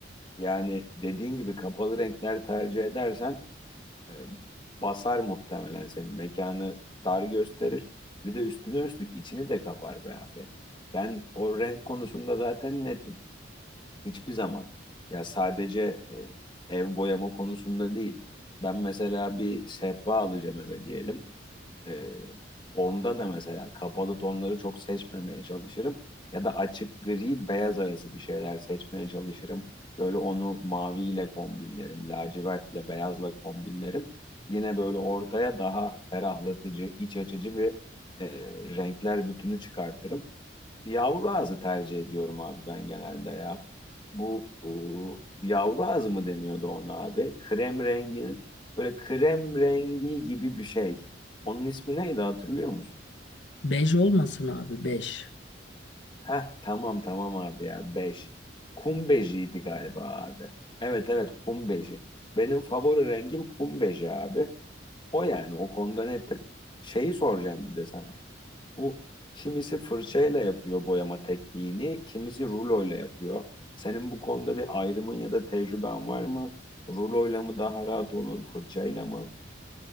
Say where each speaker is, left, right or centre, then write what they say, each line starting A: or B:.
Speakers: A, on the left; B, on the left.
A: Yani dediğin gibi kapalı renkler tercih edersen e, basar muhtemelen seni. Mekanı dar gösterir. Bir de üstüne üstlük içini de kapar be abi. Ben o renk konusunda zaten nettim. Hiçbir zaman. Ya sadece e, ev boyama konusunda değil. Ben mesela bir sehpa alacağım eve diyelim. Ee, onda da mesela kapalı tonları çok seçmemeye çalışırım. Ya da açık gri beyaz arası bir şeyler seçmeye çalışırım. Böyle onu maviyle kombinlerim, lacivertle beyazla kombinlerim. Yine böyle ortaya daha ferahlatıcı, iç açıcı bir e, renkler bütünü çıkartırım. Yavru ağzı tercih ediyorum abi ben genelde ya. Bu bu yavru ağzı mı deniyordu ona abi? Krem renginin böyle krem rengi gibi bir şey. Onun ismi neydi hatırlıyor musun?
B: Bej olmasın abi, bej.
A: Heh tamam tamam abi ya 5 Kum bejiydi galiba abi. Evet evet kum beji. Benim favori rengim kum beji abi. O yani o konuda netim. Şeyi soracağım bir de sana. Bu kimisi fırçayla yapıyor boyama tekniğini, kimisi ruloyla yapıyor. Senin bu konuda bir ayrımın ya da tecrüben var mı? Ruloyla mı daha rahat olur, fırçayla mı?